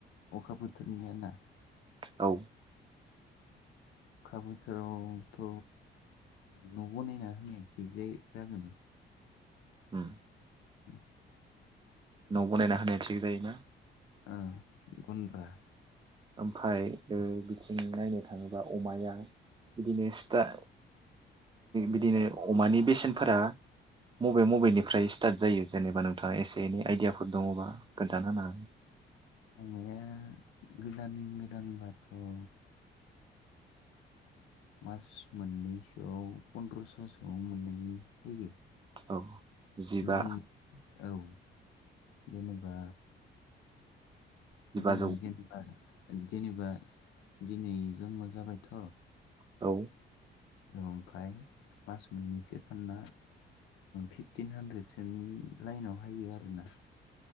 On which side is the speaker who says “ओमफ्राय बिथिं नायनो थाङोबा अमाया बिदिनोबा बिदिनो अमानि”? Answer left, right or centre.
Right